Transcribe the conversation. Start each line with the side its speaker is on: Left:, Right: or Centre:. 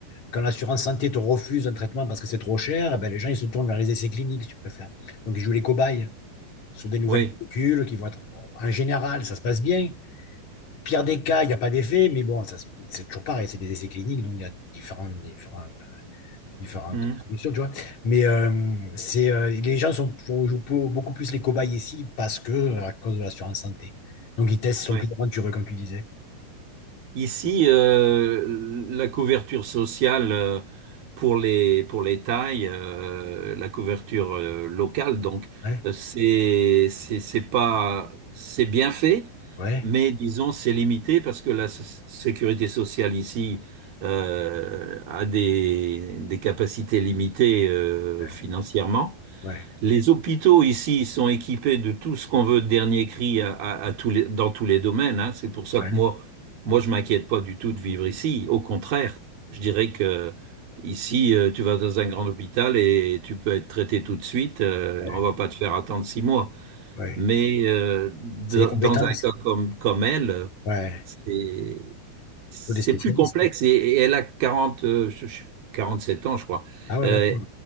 Left: quand l'assurance santé te refuse un traitement parce que c'est trop cher, eh ben, les gens ils se tournent vers les essais cliniques, si tu préfères. Donc ils jouent les cobayes. sur des nouvelles
Right: Oui.
Left: molécules qui vont être. bon, en général, ça se passe bien. Pire des cas, il n'y a pas d'effet, mais bon, ça c'est toujours pareil, c'est des essais cliniques, donc il y a différentes, différents- différentes
Right: Mhm.
Left: solutions, tu vois. Mais euh, c'est, euh, les gens sont pour- pour- beaucoup plus les cobayes ici parce que, euh, à cause de l'assurance santé. Donc, ils testent, sont
Right: Oui.
Left: plus aventureux, comme tu disais.
Right: Ici, euh, la couverture sociale euh, pour les pour les tailles, euh, la couverture euh, locale, donc
Left: Ouais,
Right: euh, c'est c'est c'est pas c'est bien fait,
Left: ouais,
Right: mais disons c'est limité parce que la s- sécurité sociale ici euh, a des des capacités limitées euh,
Left: ouais,
Right: financièrement.
Left: ouais,
Right: Les hôpitaux ici sont équipés de tout ce qu'on veut de dernier cri à, à- à tous les- dans tous les domaines, hein. C'est pour ça
Left: ouais,
Right: que moi, moi, je m'inquiète pas du tout de vivre ici. Au contraire, je dirais que ici, euh, tu vas dans un grand hôpital et tu peux être traité tout de suite. euh,
Left: ouais,
Right: on va pas te faire attendre six mois.
Left: ouais.
Right: Mais euh, dans
Left: C'est les compétences.
Right: dans un cas comme, comme elle,
Left: Ouais,
Right: c'est
Left: il
Right: c'est
Left: faut des spécialistes.
Right: plus complexe et, et elle a 40 euh, je- je- 47 ans, je crois.
Left: Ah ouais,
Right: Euh,
Left: d'accord.